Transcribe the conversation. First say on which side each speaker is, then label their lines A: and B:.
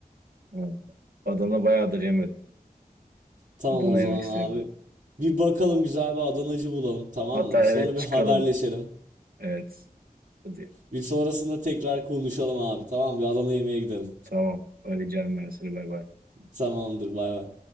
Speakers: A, on the right; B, on the right.
A: Ha. Adana bayağıdır yemedim.
B: Tamam
A: Adana
B: o zaman
A: yemek isteyebilirim.
B: abi. Bir bakalım güzel bir Adanacı bulalım tamam
A: Hatta
B: mı?
A: evet
B: Sonra bir
A: çıkalım.
B: haberleşelim.
A: Evet. Hadi.
B: Bir sonrasında tekrar konuşalım abi tamam mı? Bir Adana yemeğe gidelim.
A: Tamam. Arayacağım ben seni. Bay bay.
B: Tamamdır bay bay.